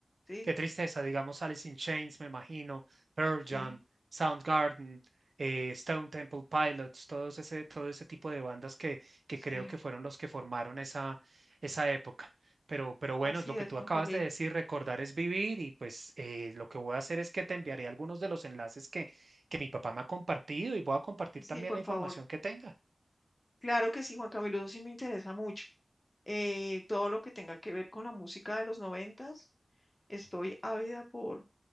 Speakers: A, on the left (about 25°); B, on the right (about 75°).
A: sí,
B: Qué tristeza, digamos, Alice in Chains, me imagino, Pearl Jam,
A: sí,
B: Soundgarden, eh, Stone Temple Pilots, todos ese, todo ese tipo de bandas que, que
A: sí.
B: creo que fueron los que formaron esa, esa época. Pero, pero bueno,
A: Así
B: lo
A: es,
B: que tú
A: Juan
B: acabas
A: Camilo.
B: de decir, recordar es vivir y pues eh, lo que voy a hacer es que te enviaré algunos de los enlaces que, que mi papá me ha compartido y voy a compartir
A: Sí,
B: también
A: por
B: la información
A: favor.
B: que tenga.
A: Claro que sí, Juan Camilo, eso sí me interesa mucho. Eh, todo lo que tenga que ver con la música de los noventas, estoy ávida por,